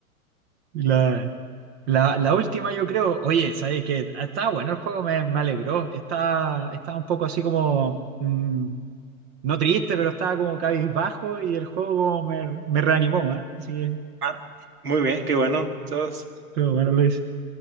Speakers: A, on the right; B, on the right.
A: La- La, la última, yo creo, oye, ¿sabes qué? Está bueno el juego, me, me alegró. está estaba un poco así como, mm, no triste, pero estaba como cabizbajo y el juego como me, me reanimó, ¿eh? Así que,
B: Ah, Muy bien, qué bueno, Sebas.
A: pero bueno, Luis.